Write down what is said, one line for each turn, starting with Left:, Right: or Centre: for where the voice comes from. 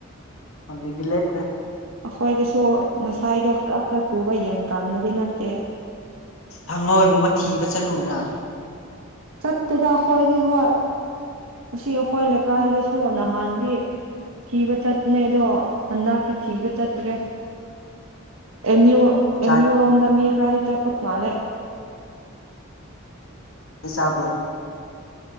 Left: ꯍꯧꯖꯤꯛꯇꯤ ꯂꯦꯞꯈ꯭ꯔꯦ꯫
Right: ꯑꯩꯈꯣꯏꯗꯁꯨ ꯉꯁꯥꯏꯗꯣ ꯈꯔ ꯈꯔ ꯆꯨꯕ ꯌꯥꯝ ꯀꯟꯕꯗꯤ ꯅꯠꯇꯦ꯫
Left: ꯍꯉꯣꯏꯒꯨꯝꯕꯥ ꯊꯤꯕꯥ ꯆꯠꯂꯨꯔꯔꯥ꯫
Right: ꯆꯠꯇꯦꯗ ꯑꯩꯈꯣꯏꯗꯤ ꯍꯣꯏ ꯑꯁꯤ ꯑꯩꯈꯣꯏ ꯂꯩꯀꯥꯏ ꯗꯥꯁꯨ ꯅꯍꯥꯟꯗꯤ꯫ ꯊꯤꯕ ꯆꯠꯄꯅꯦ ꯑꯗꯣ ꯍꯟꯗꯛꯇꯤ ꯊꯤꯕ ꯆꯠꯇ꯭ꯔ°꯫ ꯑꯦꯝ ꯑꯎ
Left: ꯆꯥꯗꯤ
Right: ꯑꯦꯝ ꯑꯎ ꯔꫭꯝꯗꯗꯤ ꯃꯤ ꯈꯔꯥ ꯗꯤ ꯆꯠꯄꯤ ꯃꯂꯦꯕꯥ
Left: ꯅꯪꯊꯤ ꯆꯥꯗꯔꫭ